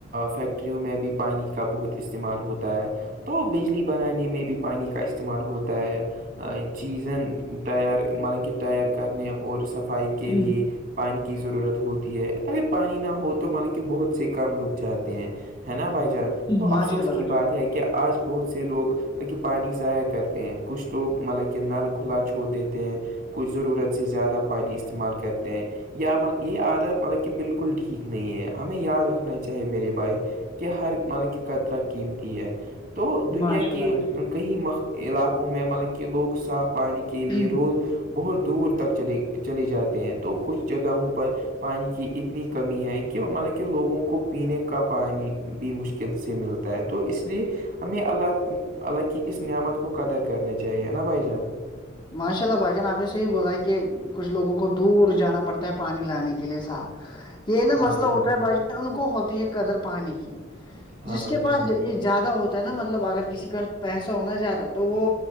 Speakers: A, on the right (about 45°); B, on the left (about 25°).
A: فیکٹریوں میں بھی پانی کا بہت استعمال ہوتا ہے تو بجلی بنانے میں بھی پانی کا استعمال ہوتا ہے چیزیں ٹائیر مطلب کہ ٹائیر کرنے اور صفائی
B: اللہ
A: کے لیے پانی کی ضرورت ہوتی ہے اگر پانی نہ ہو تو مطل کے بہت سے کام رک جاتے ہیں <unintelligible> ہے نا بھائی جان تو
B: ماشاء
A: افسوس
B: اللہ
A: کی
B: بھائی جان
A: بات ہے کہ آج بہت سے لوگ کہ پانی ضائع کرتے ہیں کچھ لوگ مطلب کہ نل کھلا چھوڑ دیتے ہیں کوچ ضرورت سے زیادہ پانی استعمال کرتے ہیں یا م یہ عادت مطلب کہ بالکل ٹھیک نہیں ہے ہمیں یاد رکھ چاہے میرے بھائی کہ ہر مطلب کہ قطرا قیمتی ہے تو دنیا
B: ماشاء
A: کی
B: اللہ بھائی
A: کئی م علاقوں میں مطلب کہ لوگ صاف پانی کے
B: جان
A: لیے روز بہت دور تک چلے چلے جاتے ہیں تو کچھ جگہوں پر پانی کی اتنی کمی ہے کہ مطلب کہ لوگوں کو پینے کا پانی بھی مشکل سے ملتا ہے تو اس لیے ہمیں اللہ اللہ کی اس نعمت کو قدر کرنا چاہیے نا بھائی جان
B: ماشاء اللہ بھائی جان آپ نے صحیح بولا کہ کچھ لوگوں کو دور جانا پڑتا ہے پانی لانے کے لیے صاف یہ نا
A: ہاں
B: مسئلہ
A: بھائی جان
B: ہوتا ہے ب ان کو ہوتی ہے قدر پانی کی
A: ہاں
B: جس
A: بھائی
B: کے
A: جان
B: پاس یہ زیادہ ہوتا ہے نا مطلب اگر کسی کا پیسہ ہونا زیادہ تو وہ